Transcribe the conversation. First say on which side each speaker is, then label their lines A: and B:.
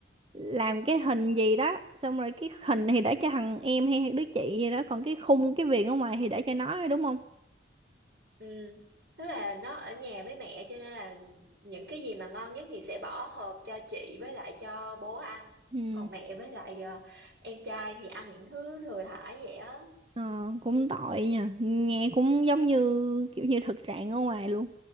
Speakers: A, on the right; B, on the right.
A: làm cái hình gì đó xong rồi cái hình thì để cho thằng em hay hay đứa chị gì đó còn cái khung cái viền ở ngoài thì để cho nó thôi đúng không
B: Ừ, tức là nó ở nhà với mẹ cho nên là những cái gì mà ngon nhất thì sẽ bỏ hộp cho chị với lại cho bố ăn.
A: ừ
B: Còn mẹ với lại ờ, em trai thì ăn những thứ thừa thải vậy á.
A: Ờ, cũng tội nha nghe cũng giống như kiểu như thực trạng ở ngoài luôn